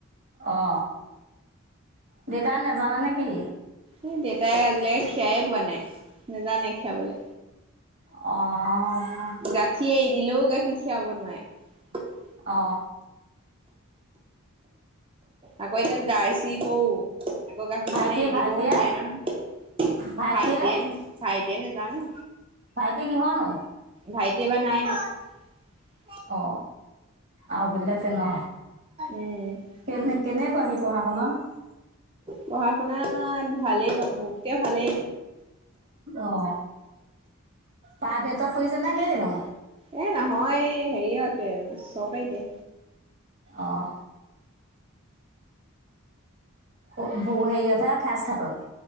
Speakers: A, on the right (about 55°); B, on the right (about 25°).
A: অ দেউতাই নেজান নেকি?
B: এই দেউতাই আজিলৈকে খীয়াই পোৱা নাই। নেজানে খিয়াবলে।
A: অ
B: গাখীৰ এৰি দিলেও, গাখীৰ খীৰাব নোৱাৰে।
A: অ
B: আকৌ এতিয়া জাৰ্চি গৰু, আকৌ গাখীৰখন
A: ভাইটি
B: এৰি
A: ভাইটিয়ে
B: দিবও নোৱাৰে নহয়,
A: ভাইটিয়ে
B: ভাইটেন ভাইটি দিয়ে নেজানো
A: ভাইটি কিহৰ নো?
B: ভাইটি এবাৰ নাইনত।
A: অ, আৰু বোলে তেনে
B: উম
A: কেনে-কেনেকুৱা সি পঢ়া শুনাত?
B: পঢ়া শুনাত, ভালেই বাৰু মোতকে ভালেই।
A: অ, প্ৰাইভেটত পঢ়িছে নে কি নু?
B: এ নহয়, এই হেৰিয়াতে চৰকাৰীতে।
A: আহ অ হেৰিতহে খাচ-খাতত